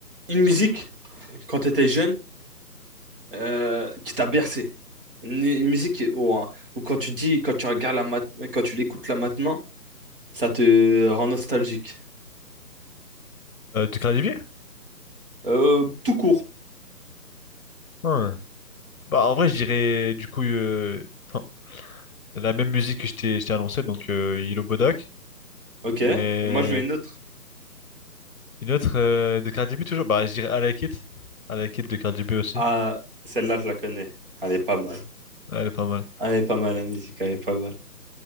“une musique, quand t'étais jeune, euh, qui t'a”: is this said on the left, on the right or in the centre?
Right